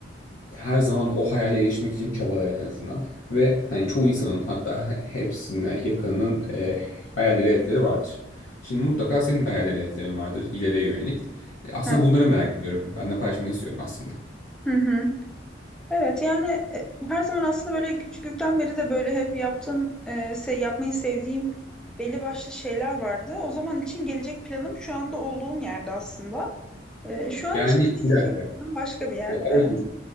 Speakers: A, on the left (about 75°); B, in the centre.
A: her zaman o hayale erişmek için çabalar en azından. Ve hani çoğu insanın hatta he- hepsine yakınının e, hayalleri, hedefleri vardır. Şimdi mutlaka senin de hayallerin, hedeflerin vardır ileriye yönelik. E, aslında
B: Evet.
A: bunları merak ediyorum. Ben de paylaşmanı istiyorum aslında.
B: Hı hı. Evet yani e, her zaman aslında böyle küçüklükten beri de böyle hep yaptığım e, se- yapmayı sevdiğim belli başlı şeyler vardı. O zaman için gelecek planım şu anda olduğum yerde aslında. E, şu an
A: Yani
B: için de gelecek
A: bir dakika.
B: planım başka bir yer.
A: E, araya
B: Evet.
A: gir-